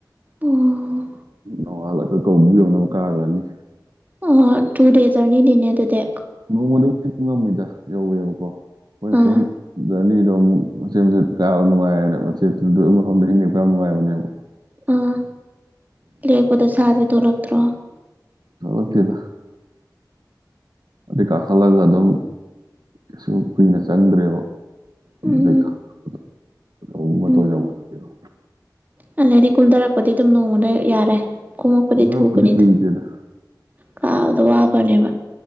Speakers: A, on the right (about 25°); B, on the right (about 70°).
A: ꯑꯣ
B: ꯅꯣꯡꯉꯥꯜꯂꯒ ꯀꯧꯕꯨ ꯌꯧꯅꯕ ꯀꯥꯈ꯭ꯔꯅꯤ
A: ꯑꯣ ꯇꯨ ꯗꯦꯖꯔꯅꯤ ꯇꯅꯦ ꯇ
B: ꯅꯣꯡꯃꯗ ꯈꯤꯇ ꯉꯝꯃꯤꯗ ꯌꯧꯋꯦꯕꯀꯣ ꯑꯩꯈꯣꯏꯅ
A: ꯑꯥ
B: ꯁꯨꯝ ꯑꯅꯤꯗꯣ ꯑꯃꯨꯛ ꯃꯆꯦꯆꯦꯠ ꯀꯥ ꯅꯨꯡꯉꯥꯏꯔꯅꯦꯕ ꯃꯆꯦꯠꯇꯨꯗ ꯃꯐꯝꯗ ꯏꯪꯉꯦꯛꯄ ꯌꯥꯝ ꯅꯨꯡꯉꯥꯏꯕꯅꯦꯕ ꯎꯝ
A: ꯑꯥ ꯂꯦꯛꯄꯗ ꯁꯥꯗꯤ ꯊꯣꯛꯂꯛꯇ꯭ꯔꯣ
B: ꯊꯣꯀ ꯂꯛꯇꯗ ꯑꯗꯨꯄꯤ ꯀꯥ ꯈꯂꯒ ꯑꯗꯨꯣꯡ ꯀꯩꯁꯨ ꯀꯨꯏꯅ ꯆꯪꯗ꯭ꯔꯦꯕ
A: ꯎꯝ
B: ꯑꯗꯨꯗꯩ ꯀꯥꯛꯄꯗꯣ ꯑꯨꯨꯝ ꯃꯇ
A: ꯎꯝ
B: ꯌꯧꯕꯗ ꯀꯩꯅꯣ
A: ꯑꯗꯩꯗꯤ ꯀꯨꯝꯊꯔꯛꯄꯗꯤ ꯑꯗꯨꯝ ꯅꯣꯡꯃꯗ ꯌꯥꯔꯦ ꯀꯨꯝꯃꯛꯄꯗꯤ ꯊꯨꯕꯅꯤꯗ
B: ꯑꯣ ꯄꯨꯠꯇꯦꯗ
A: ꯀꯥꯕꯗ ꯋꯥꯕꯅꯦꯕ